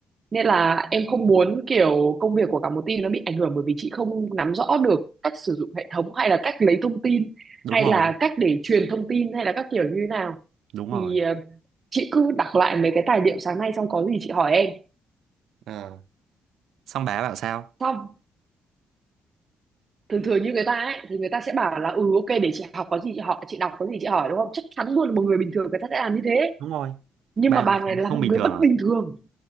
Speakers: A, on the right; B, on the right.
A: nên là em không muốn kiểu công việc của cả một team nó bị ảnh hưởng bởi vì chị không nắm rõ được cách sử dụng hệ thống hay là cách lấy thông tin
B: đúng
A: hay
B: rồi
A: là cách để truyền thông tin hay là các kiểu như thế nào
B: đúng rồi
A: thì ờ, chị cứ đọc lại mấy cái tài liệu sáng nay xong có gì chị hỏi em
B: ờ xong bà bảo sao
A: xong thường thường như người ta ấy thì người ta sẽ bảo là ừ ok để chị học có gì chị hỏi chị đọc có gì chị hỏi đúng không chắc chắn luôn là một người bình thường người ta sẽ làm như thế
B: đúng rồi
A: nhưng
B: ba
A: mà bà
B: ngày
A: này
B: khá
A: là
B: không
A: một
B: bình
A: người
B: thường
A: bất
B: à
A: bình thường